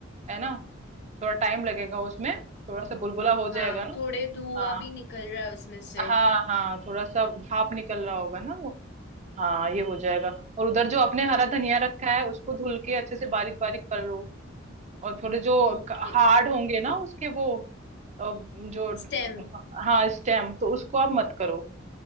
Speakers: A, on the right; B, on the left.
A: है ना थोड़ा टाइम लगेगा उसमें थोड़ा सा बुलबुला हो
B: हाँ
A: जाएगा ना
B: थोड़े धुआं
A: हाँ
B: भी निकल रहा है उसमें से
A: हाँ हाँ थोड़ा सा भाप निकल रहा होगा ना वो हाँ ये हो जाएगा और उधर जो अपने हरा धनिया रखा है उसको धुल के अच्छे से बारीक बारीक कर लो और थोड़े जो
B: ओके
A: हार्ड होंगे ना उसके वो अ, जो
B: स्टेम
A: हाँ स्टेम तो उसको आप मत करो